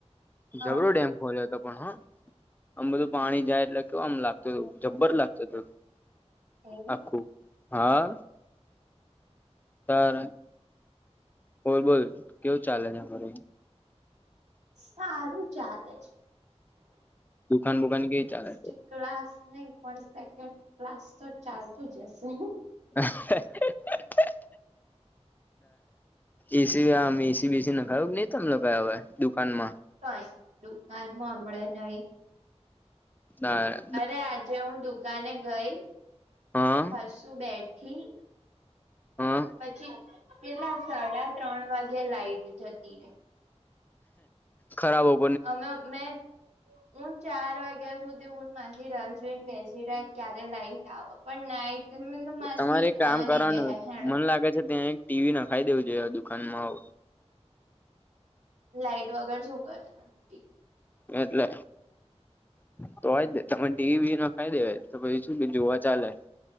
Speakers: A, on the left; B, on the right.
A: જબરો
B: હા
A: ડેમ ખોલ્યો હતો પણ હા આમ બધું પાણી જાય એટલે કેવામ લાગતું તું જબ્બર લાગતું ત
B: એવું
A: આખું હા તાર બોલ બોલ કેવું ચાલે છે અમારી
B: સારું ચાલે
A: દુકાન બુકાન કેવી ચાલે
B: છે ક્લાસ નહી પણ સેકન્ડ ક્લાસ તો ચાલતું જ હશે
A: હ એસી આમ એસી બેસી ના ખાયું કે ને તમ કયા હવે દુકાનમાં
B: કઈ દુકાનમાં હમળે નઈ
A: ના
B: અરે આજે હું દુકાને ગઈ
A: હા
B: હસું બેઠી
A: હા.
B: પછી પેલા સાડા ત્રણ વાગે લાાઈટ જતી રે.
A: ખરાબ હો.
B: અમે મેં હું ચાર વાગ્યા સુધી હું માથી રાજવીને બેસી ક્યારે લાઈટ આવે પણ નાઈટ મે કીધું માસી
A: તમારે કામ
B: આવે
A: કરવાનું
B: નહી બેહે હેડો
A: મન લાગે છે ત્યાં એક ટીવી નખાઈ દેવું જોઈએ દુકાનમાં
B: લાઈટ વગર શું કરેવી
A: એટલે તો હોય જ ને તને ડીવીવીી ના ફાયદે હોય તોછ શું કે જોવા ચાલે